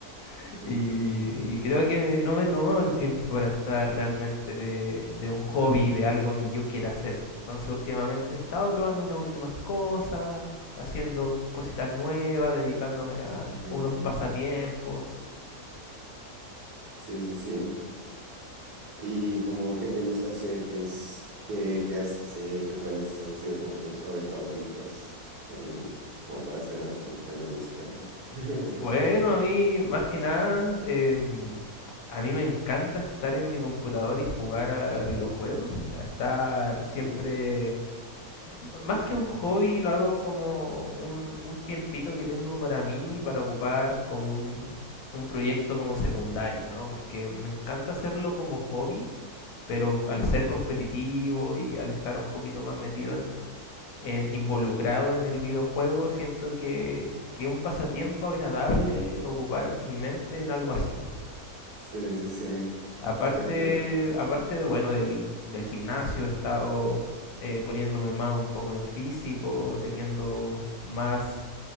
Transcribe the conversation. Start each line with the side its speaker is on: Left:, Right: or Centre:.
Left: <laughs>
Right: <laughs>
Left: y, y creo que no me he tomado el tiempo para estar realmente de, de un hobby, de algo que yo quiera hacer. Entonces últimamente he estado probando unas últimas cosas, haciendo cositas nuevas, dedicándome a
Right: Ok,
Left: a unos
Right: ok.
Left: pasatiempos.
Right: Sí, sí, sí. ¿Y como qué te gusta hacer? ¿Qué es, qué, qué has hecho? ¿Cuáles han sido como tus hobbies favoritos? ¿Qué andas, bu- como para hacer más o menos que andas buscando? <laughs>
Left: Bueno, a mí, más que nada, em, a mí me encanta estar en mi computador y jugar a videojuegos, a estar siempre,
Right: Ujú,
Left: m- más que un hobby, lo hago como un, un tiempito que tengo para mí, para ocupar como un, un proyecto como secundario, ¿no? Porque me encanta hacerlo como hobby, pero
Right: Sí,
Left: al ser competitivo y al estar un poquito más metido en, en, involucrado en el videojuego, siento que, que es un pasatiempo agradable ocupar mi mente en algo así.
Right: sí, sí, sí.
Left: Aparte,
Right: Sí, aunque,
Left: aparte de,
Right: Ujú,
Left: bueno, del, del gimnasio he estado eh, poniéndome más un poco en físico, teniendo más,